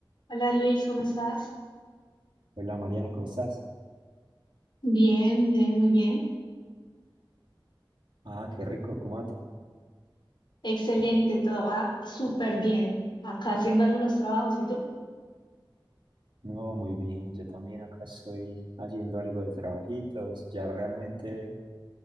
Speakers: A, on the left (about 65°); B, on the right (about 65°).
A: Hola Luis, ¿cómo estás?
B: Hola Mariana, ¿cómo estás?
A: Bien, bien, muy bien.
B: Ah, qué rico, ¿cómo va todo?
A: Excelente, todo va súper bien. Acá haciendo algunos trabajos, ¿y tú?
B: No, muy bien, yo también acá estoy haciendo algo de trabajitos, ya realmente,